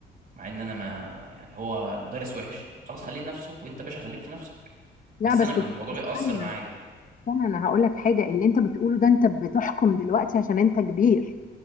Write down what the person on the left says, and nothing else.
لا
بس
استنى
استنى انا هقول لك حاجه اللي انت بتقوله ده انت بتحكم دلوقتي عشان انت كبير